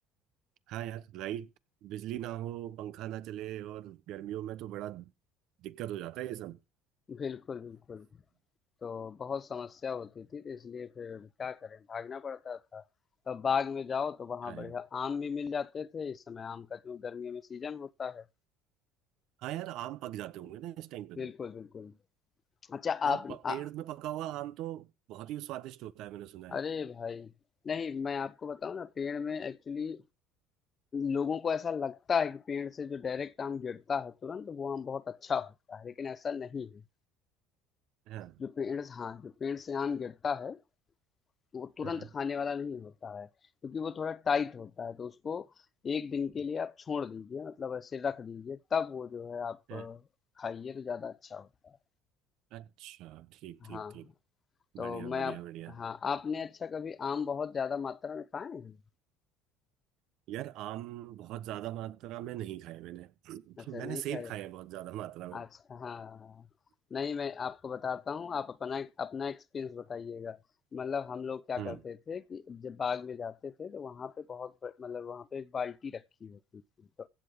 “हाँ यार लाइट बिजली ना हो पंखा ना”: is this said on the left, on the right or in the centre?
Right